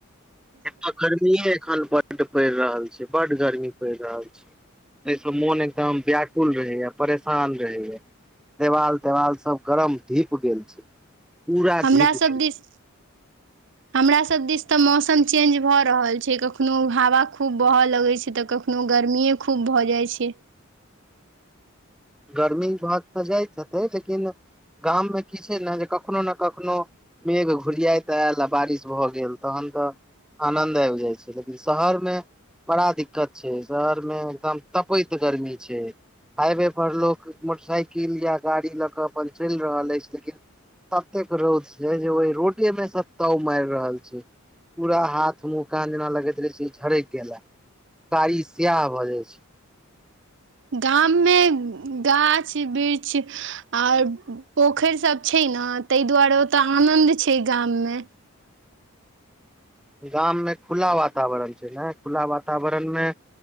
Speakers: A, in the centre; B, on the right.
A: एत गर्मीये एखन बड पड़ि रहल छै बड गर्मी पड़ि रहल छै एहिस मोन एकदम व्याकुल रहैया परेशान रहैया देवाल तेवाल सब गरम धीप गेल छै पूरा
B: हमरा
A: धीप
B: सब
A: गेल
B: दिस
A: छै
B: हमरा सब दिस त मौसम चेंज भ रहल छै कखनो हवा खूब बह लगै छै त कखनो गर्मीेये खूब भ जाइ छै
A: गर्मी भाग त जाइत हेतै लेकिन गाम मे की छै न जे कखनो न कखनो मेघ घुरियाइत आयल आ बारिश भ गेल तहन हन त आनन्द आबि जाइ छै लेकिन शहरमे बड़ा दिक्कत छै शहर मे एकदम तपैत गर्मी छै हाइवे पर लोक मोटरसाइकिल या गाड़ी ल क अपन चलि रहल अछि लेकिन ततेक रउद छै जे ओइ रोडेमे स ताउ मरि रहल छै पूरा हाथ मुँह कान जेना लगैत रहै छै झरक गेला कारी सियाह भ जाइ छै
B: गाम मे गाछ वृक्ष आर पोखरि सब छै न तहि दुआरे ओत आनंद छै गाममे
A: गाममे खुला वातावरण छै ने खुला वातावरणमे